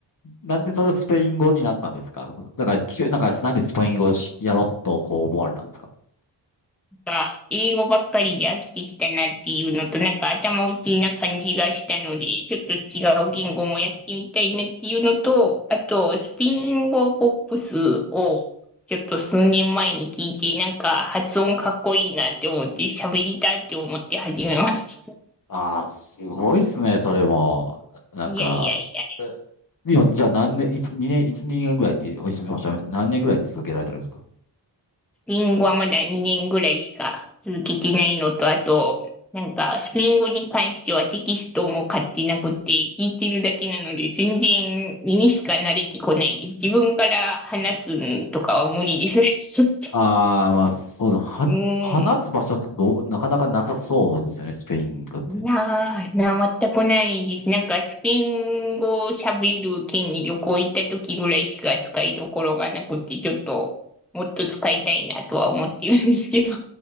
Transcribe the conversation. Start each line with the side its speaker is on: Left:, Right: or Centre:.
Left: なんでそれスペイン語になったんですかだから、きゅなんか、なんでスペイン語をしやろうとこう思われたんですか
Centre: か、英語ばっかりで飽きてきたなっていうのと、なんか頭打ちな感じがしたので、ちょっと違う言語もやってみたいなっていうのと、あと、スペイン語ポップスをちょっと数年前に聞いて、なんか発音かっこいいなって思って、喋りたいって思って始めました。
Left: ああ、すごいっすね、それも。なんか、
Centre: いやいやいや。
Left: えでも、じゃあ何年、一二年、一二年ぐらいっておっしゃおっしゃ何年ぐらい続けられてるんですか
Centre: ペイン語はまだ2年ぐらいしか続けてないのと、あと、なんか、スペイン語に関してはテキストも買ってなくて、聞いてるだけなので、全然耳しか慣れてこないです。自分から話すんとかは無理です。<laughs> ちょっと。
Left: ああ、まあ、そうだ。はな、
Centre: う
Left: 話す場所ってどう、
Centre: ん。
Left: なかなかなさそうですよね、スペイン語って。
Centre: なあ、なあ、全くないです。なんか、スペイン語を喋る県に旅行行った時ぐらいしか使いどころがなくて、ちょっと、もっと使いたいなとは思ってるんですけど。